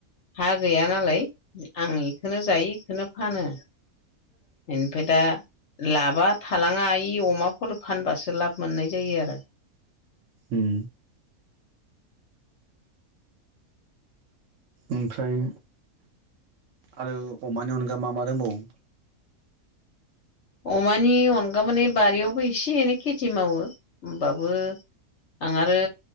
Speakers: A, on the left; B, on the right.
A: हा गैया नालाय आं बेखौनो जायो बेखौनो फानो बेनिफ्राय दा लाबा थालाङा इ अमाफोर फानबासो लाब मोननाय जायो आरो‌
B: उम ओमफ्राय आरो अमानि अनगा मा मा दोंबावो?
A: अमानि अनगा माने बारियावबो एसे एनै खेथि मावो होमबाबो। आं आरो